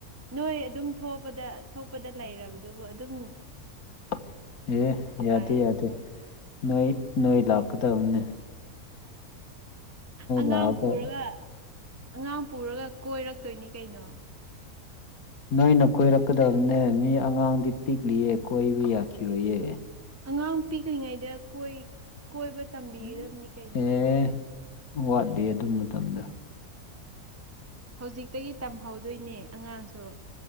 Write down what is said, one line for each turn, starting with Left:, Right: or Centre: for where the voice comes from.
Right: ꯅꯣꯏ ꯑꯗꯨꯝ ꯊꯣꯛꯄꯗ ꯊꯣꯛꯄꯗ ꯂꯩꯔꯕꯗꯨꯕꯨ ꯑꯗꯨꯝ
Left: <inaudible> ꯑꯦ ꯌꯥꯗ
Right: ꯌꯥꯔꯕꯗꯨꯕꯨ
Left: ꯌꯥꯗ ꯅꯣꯏ ꯅꯣꯡꯏ ꯂꯥꯛꯀꯗ ꯎꯦ
Right: ꯑꯉꯥꯡ
Left: ꯂꯥꯛꯑꯒ
Right: ꯄꯨꯔꯒ ꯑꯉꯥꯡ ꯄꯨꯔꯒ ꯀꯣꯏꯔꯛꯇꯣꯏꯅꯤ ꯀꯩꯅꯣ
Left: ꯅꯣꯏꯅ ꯀꯣꯏꯔꯛꯀꯗꯕꯅꯦ ꯃꯤ ꯑꯉꯥꯡꯗꯤ ꯄꯤꯛꯂꯤꯑ ꯀꯣꯏꯕ ꯌꯥꯈꯤꯔꯣꯏꯌꯦ
Right: ꯑꯉꯥꯡ ꯄꯤꯛꯂꯤꯉꯩꯗ ꯀꯣꯏꯕ ꯇꯝꯕꯤꯒꯗꯕꯅꯤ
Left: ꯎꯝ
Right: ꯀꯩꯅꯣ
Left: ꯑꯦ ꯋꯥꯠꯂꯤ ꯑꯗꯨ ꯃꯇꯝꯗ
Right: ꯍꯧꯖꯤꯛꯇꯒꯤ ꯇꯝꯍꯧꯗꯣꯏꯅꯦ ꯑꯉꯥꯡꯁꯨ